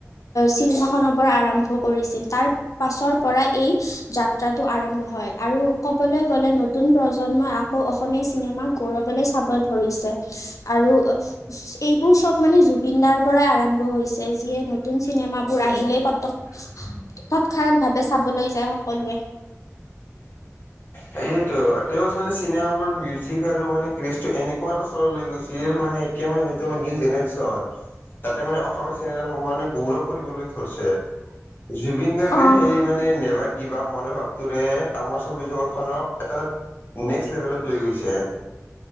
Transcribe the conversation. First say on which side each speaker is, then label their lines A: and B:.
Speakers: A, on the left; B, on the left.
A: চিনেমাখনৰ পৰা আৰম্ভ কৰিছিল। তাৰ পাছৰ পৰা এই যাত্ৰাটো আৰম্ভ হয় আৰু ক ক'বলৈ গ'লে, নতুন প্ৰজন্মই আকৌ অসমীয়া চিনেমাক গৌৰৱৰে চাব ধৰিছে। আৰু এইবোৰ চব মানে জুবিন দাৰ পৰাই আৰম্ভ হৈছে। যিয়ে নতুন চিনেমাবোৰ আহিলেই পতক
B: <inaudible>
A: তৎক্ষনাত ভাৱে চাবলৈ যায় সকলোৱে।
B: সেয়েতো, তেওঁ মানে চিনেমাবোৰত মিউজিক আৰু মানে ক্ৰেজটো এনেকুৱা স্তৰলৈ লৈ গৈছিল, মানে <unintelligible> যিতো নিউ জেনেৰেচন তাতে মানে অসমীয়া চিনেমা মানে গৌৰৱ কৰিবলৈ ধৰিছে। জুবিন গাৰ্গে
A: অ
B: সেই মানে নেবাৰ গিভ আভ মনৰ ভাৱটোৰে আমাৰ চব জগত খনক এটা নেক্সট লেভেলত লৈ গৈছে।